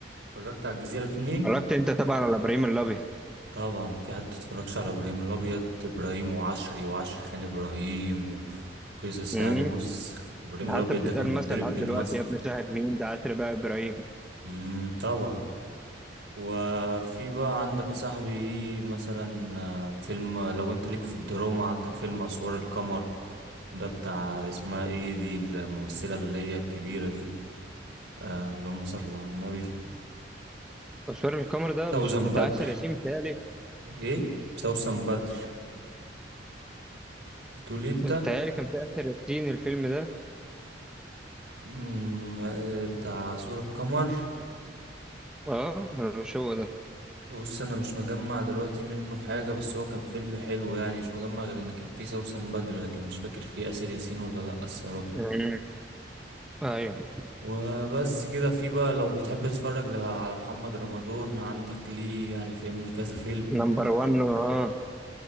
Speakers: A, on the right; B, in the centre.
A: اتفرجت على الجزيرة اتنين
B: اتفرجت انت طبعا على ابراهيم الابيض
A: طبعا في حد اتفرجش على ابراهيم الابيض ابراهيم وعشري وعشري خان ابراهيم و... وقصص
B: امم
A: يعني بص ابراهيم
B: حتى
A: الابيض
B: بتتقال
A: ده كان بيتضرب
B: مثلا لحد
A: بيه
B: دلوقتي
A: المثل
B: يا ابن شاهد مين ده عاشر بقى ابراهيم
A: امم طبعا وفي بقى عندك يا صاحبي مثلا آه، فيلم لو انت ليك في الدراما عندك فيلم اسوار القمر ده بتاع اسمها ايه دي الممثلة اللي هي الكبيرة دي آه اللهم صل على النبي
B: تصوير القمر ده
A: سوزن
B: مش بتاع
A: بدر
B: آسر ياسين بتهيألي
A: ايه سوسن بدر بتقولي انت
B: بتهيألي كان في آسر ياسين الفيلم ده
A: مم، آه، بتاع سور القمر
B: اه مش هو ده
A: بص انا مش مجمع دلوقتي منه حاجة بس هو كان فيلم حلو يعني مش مجمع غير ان كان فيه سوسن بدر لكن مش فاكر فيه آسر ياسين ولا لأ الصراحة
B: مم. ايوه
A: وبس كده في بقى لو بتحب تتفرج ل- على محمد رمضان عندك ليه يعني فاهمني كذا فيلم
B: نمبر 1 اه